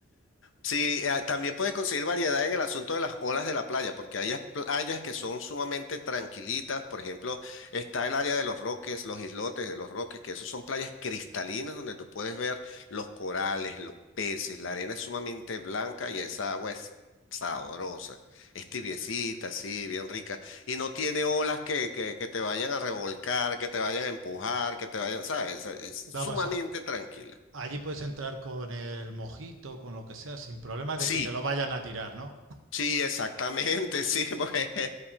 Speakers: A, on the left; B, on the right.
A: Sí, eh, también puedes conseguir variedad en el asunto de las olas de la playa, porque hay as- playas que son sumamente tranquilitas. Por ejemplo, está el área de los Roques, los islotes de los Roques, que esos son playas cristalinas donde tú puedes ver los corales, los peces. La arena es sumamente blanca y esa agua es sabrosa. Es tibiecita, así, bien rica. Y no tiene olas que, que, que te vayan a revolcar, que te vayan a empujar, que te vayan, ¿sabes? Es es
B: Vamos,
A: sumamente
B: a,
A: tranquila.
B: allí puedes entrar con el mojito, con lo que sea, sin problema de
A: Sí,
B: que te lo vayan a tirar, ¿no?
A: Sí, exactamente, sí. <laughs> porque <laughs>